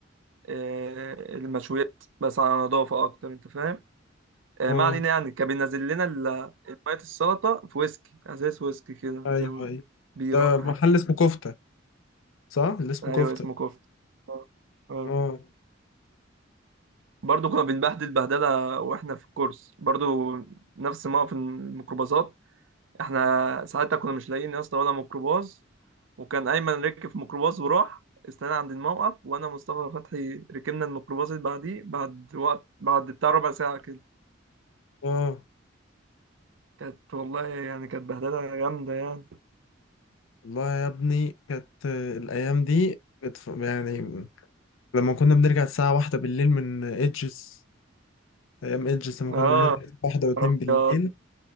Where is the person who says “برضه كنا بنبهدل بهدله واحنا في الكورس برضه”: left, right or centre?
Right